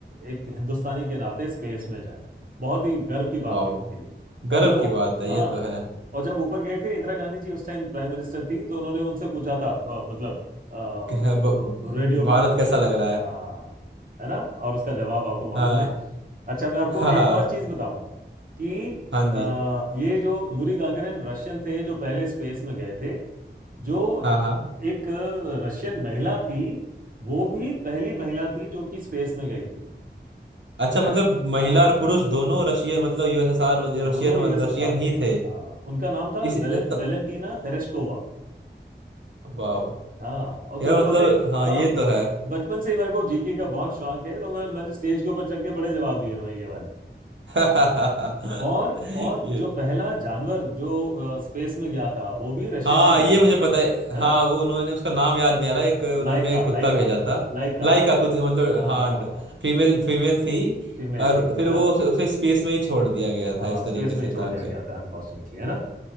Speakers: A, on the right (about 50°); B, on the right (about 85°).
A: एक हिंदुस्तानी के नाते स्पेस में जाएं बहुत ही गर्व की बात
B: वाह
A: थी उनके लिए और
B: गर्व
A: जब वो
B: की बात है
A: हाँ
B: ये तो है
A: और जब ऊपर गए थे इंदिरा गांधी जी उस टाइम प्राइम मिनिस्टर थी तो उन्होंने उनसे पूछा था अ, मतलब अ,
B: क्या ब-
A: रेडियो के
B: भारत
A: ऊपर
B: कैसा लग रहा है
A: हाँ है ना और उसका जवाब आपको मालूम
B: हाँ
A: है अच्छा मैं आपको
B: हाँ हाँ
A: एक और चीज बताऊंगा कि
B: हाँ
A: अ,
B: जी
A: ये जो यूरी गागरिन रशियन थे जो पहले स्पेस में गए थे जो
B: हाँ हाँ
A: एक अ, रशियन महिला थी वो भी पहली महिला थी जो कि स्पेस में गई थी
B: अच्छा
A: पता
B: मतलब
A: है
B: महिला
A: हाँ
B: और पुरुष दोनों रशियन मतलब यूएसएसआर वाले-
A: दोनों
B: रशियन वाले-
A: यूएसएसआर
B: रशियन ही
A: के थे
B: थे
A: हाँ उनका नाम था
B: इस
A: वेलें,
B: त,
A: वेलेंटीना तेरेश्कोवा
B: वाह
A: हाँ और तेरे
B: यह
A: को
B: मतलब
A: पता है
B: हाँ
A: हाँ
B: ये तो है
A: बचपन से ही मेरे को जीके का बहुत शौक है तो मैं मैंने स्टेज के ऊपर चढ़ के बड़े जवाब दिए हुए हैं ये वाले
B: <laughs>
A: और और
B: ये
A: जो पहला जानवर जो स्पेस में गया था वो भी रशिया
B: हाँ
A: से गया
B: ये
A: था
B: मुझे पता है
A: है
B: हाँ
A: ना
B: वो उन्होंने उसका नाम याद नहीं आ रहा एक उन्होंने
A: लाइका लाइका
B: कुत्ता भेजा था
A: लाइका
B: लाइका कुछ मतलब
A: हाँ
B: हाँ फीमेल फीमेल थी
A: फीमेल
B: और
A: थी है
B: फिर वो
A: ना
B: उसे, उसे स्पेस में ही छोड़ दिया गया
A: हाँ
B: था इस तरीके
A: स्पेस में
B: से
A: ही छोड़
B: था
A: दिया
B: कि
A: गया था अनफॉर्चुनेटली है ना